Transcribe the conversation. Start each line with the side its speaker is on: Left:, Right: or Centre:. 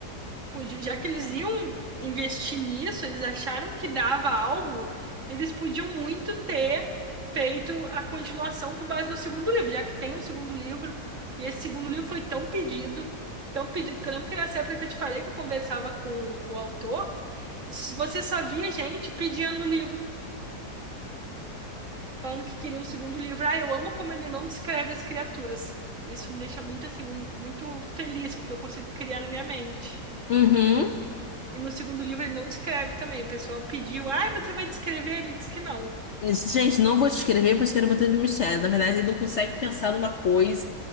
Right: Podiam- Já que eles iam investir nisso, eles acharam que dava algo, eles podiam muito ter feito a continuação com base no segundo livro, já que tem um segundo livro, e esse segundo livro foi tão pedido, tão pedido, que eu lembro que nessa época que eu te falei que eu conversava com o autor, s- você só via gente pedindo o livro, falando que queria um segundo livro. Ah, eu amo como ele não descreve as criaturas. Isso me deixa muito assim, mui- muito feliz, porque eu consigo criar na minha mente.
Left: Uhum.
Right: E no segundo livro ele não descreve também. O pessoal pediu, ai, você vai descrever? Ele disse que não.
Left: Isso, Gente, não vou te escrever, pois quero botar de mistério. Na verdade, ele não consegue pensar numa coisa.